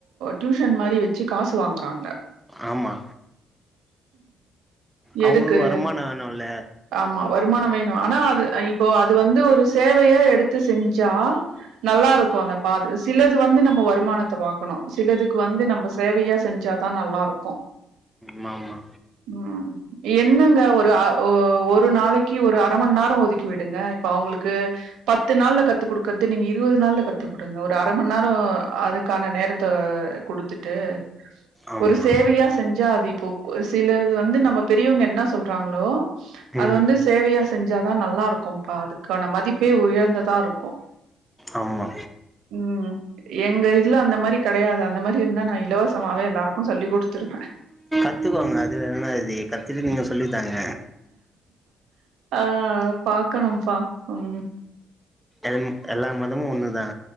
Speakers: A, on the right (about 80°); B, in the centre.
A: டியூஷன் மாரி வச்சு காசு வாங்குறாங்க
B: ஆமா அவங்களுக்கு
A: எதுக்கு
B: வருமானம் வேணுல்ல
A: ஆமா வருமானோ வேணு ஆனா அது இப்போ அது வந்து ஒரு சேவையா எடுத்து செஞ்சா நல்லா இருக்கூ இல்வ பா சிலது வந்து நம்ம வருமானத்த பார்க்கணு சிலதுக்கு வந்து நம்ம சேவையா செஞ்சாதா நல்லா இருக்கூ
B: ம் ஆமா
A: உம் என்னங்க ஒரு ஒரு நாளைக்கு ஒரு அர மண் நேரோ ஒதுக்கி விடுங்க இப்ப அவுங்களுக்கு பத்து நாள்ல கத்து குடுக்கறது நீங்க இருவது நாள்ல கத்து கொடுங்க ஒரு அர மண் நேரோ அதுக்கான நேரத்தை கொடுத்துட்டு
B: ஆமா
A: ஒரு சேவையா செஞ்சா அது இப்போ சிலது வந் ந்து நம்ம பெரியவங்க என்ன சொல்றாங்களோ
B: ம்
A: அது வந்து சேவையா செஞ்சாதான் நல்லா இருக்கும்பா அதுக்கான மதிப்பே உயர்ந்ததா இருக்கும்
B: ஆமா
A: உம் எங்க இல்ல அந்த மாரி கிடையாது அந்த மாரி இருந்தா நான் இலவசமாவே எல்லாருக்கும் சொல்லி் கொடுத்துருவே
B: கத்துக்கோங்க அது இல்ல னா இது கத்துகிட்டு நீங்க சொல்லிதாங்க
A: ஆ பாக்கணும்ப்பா ம்
B: எல் எல்லா மதமும் ஒண்ணுதா